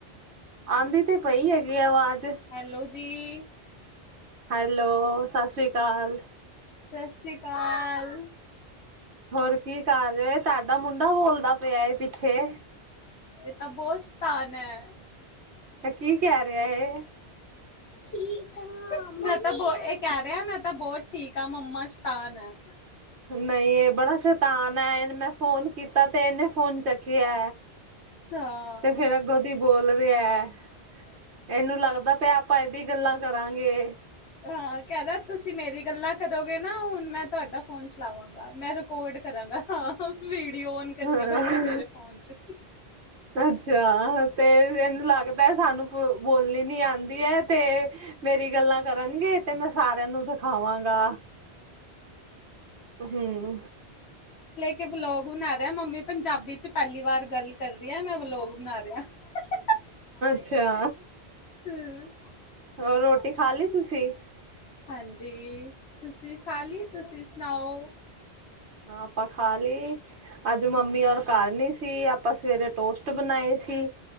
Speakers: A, on the right; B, on the left.
A: ਆਉਂਦੀ ਤੇ ਪਈ ਹੈਗੀ ਆ ਆਵਾਜ਼।
B: ਹੈਲੋ ਜੀ
A: ਹੈਲੋ ਸਤਿ ਸ਼੍ਰੀ ਅਕਾਲ।
B: ਸਤਿ ਸ਼੍ਰੀ ਅਕਾਲ।
A: ਹੋਰ ਕੀ ਕਰ ਰਹੇ ਹੋ ਏ ਤੁਹਾਡਾ ਮੁੰਡਾ ਬੋਲਦਾ ਪਿਆ ਪਿੱਛੇ
B: ਏ ਬਹੁਤ ਸ਼ਤਾਨ ਹੈ।
A: ਕੀ ਕਹਿ ਰਿਹਾ ਇਹ।
B: ਠੀਕ ਮੈਂ ਤਾਂ ਬਹੁ ਇਹ ਕਹਿ ਰਿਹਾ ਮੈਂ ਤਾਂ ਬਹੁਤ ਠੀਕ ਆ ਮੰਮਾ ਸ਼ਤਾਨ ਆ।
A: ਨਹੀਂ ਇਹ ਬੜਾ ਸ਼ੈਤਾਨ ਹੈ ਇਹਨੇ ਮੈਂ ਫੋਨ ਕੀਤਾ ਤੇ ਇਹਨੇ ਫੋਨ ਚੱਕਿਆ।
B: ਹਾਂ
A: ਤੇ ਫੇਰ ਅੱਗੋਂ ਦੀ ਬੋਲ ਰਿਹਾ ਇਹਨੂੰ ਲੱਗਦਾ ਪ ਆਪਾਂ ਇਹਦੀ ਗੱਲਾਂ ਕਰਾਂਗੇ।
B: ਹਾਂ ਕਹਿਦਾ ਤੁਸੀਂ ਮੇਰੀ ਗੱਲਾਂ ਕਰੋਗੇ ਨਾ ਹੁਣ ਮੈਂ ਤੁਹਾਡਾ ਫੋਨ ਚਲਾਵਾਂਗਾ ਮੈਂ। ਕੋਡ ਕਰਾਂਗਾ ਹਾਂ ਵੀਡੀਓ ਓਨ ਕਰਕੇ
A: ਹਾਂ
B: ਬੈਠਾ ਮੇਰੇ ਫੋਨ ਚ।
A: ਅੱਛਾ ਤੇ ਇਹਨੂੰ ਲੱਗਦਾ ਹੈ ਸਾਨੂੰ ਬੋਲਣੀ ਨੀ ਆਉਂਦੀ ਹੈ ਤੇ ਮੇਰੀ ਗੱਲਾਂ ਕਰਨਗੇ ਤੇ ਮੈਂ ਸਾਰਿਆਂ ਨੂੰ ਦਿਖਾਵਾਂਗਾ। ਹਮ।
B: ਕਿ ਬਲੋਗ ਬਣਾ ਰਿਹਾ ਮੰਮੀ ਪੰਜਾਬੀ ਚ ਪਹਿਲੀ ਵਾਰ ਗੱਲ ਕਰ ਰਹੀ ਹੈ ਮੈਂ ਵਲੋਗ ਬਣਾ ਰਿਹਾ। <unintelligible>
A: ਅੱਛਾ
B: ਹਮ,
A: ਹੋਰ ਰੋਟੀ ਖਾ ਲਈ ਤੁਸੀਂ?
B: ਹਾਂਜੀ ਤੁਸੀਂ ਖਾਲੀ ਤੁਸੀਂ ਸੁਣਾਓ?
A: ਹ ਆਪਾਂ ਖਾ ਲਈ ਅੱਜ ਮੰਮੀ
B: ਹਮ
A: ਔਰ ਘਰ ਨੀ ਸੀ। ਆਪਾਂ ਸਵੇਰੇ ਟੋਸਟ ਬਣਾਏ ਸੀ।